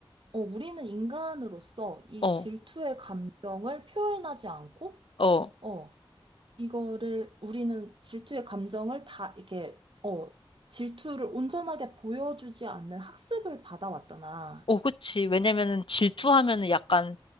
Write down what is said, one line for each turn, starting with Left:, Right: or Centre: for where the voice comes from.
Right: 어, 우리는 인간으로서 이
Left: 어,
Right: 질투의 감정을 표현하지 않고,
Left: 어.
Right: 어, 이거를 우리는 질투의 감정을 다 이렇게 어 질투를 온전하게 보여주지 않는 학습을 받아왔잖아.
Left: 어, 그치. 왜냐면은 질투하면은 약간